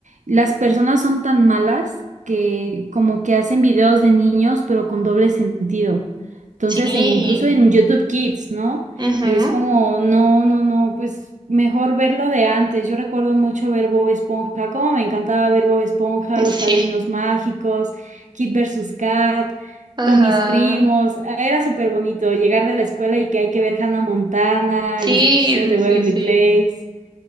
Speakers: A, on the right; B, on the right.
A: las personas son tan malas que como que hacen videos de niños, pero con doble sentido. Entonces,
B: Sí,
A: e incluso en YouTube Kids, ¿no?
B: ujú,
A: Y es como, no, no, no, pues mejor verlo de antes. Yo recuerdo mucho ver Bob Esponja, como me encantaba ver Bob Esponja,
B: <laughs>
A: Los Padrinos
B: sí,
A: Mágicos, Kid versus Kat
B: ajá.
A: con mis primos. Era súper bonito llegar de la escuela y que hay que ver Hannah Montana,
B: Sí,
A: Los Hechiceros de Waverly
B: sí, sí, sí.
A: Place.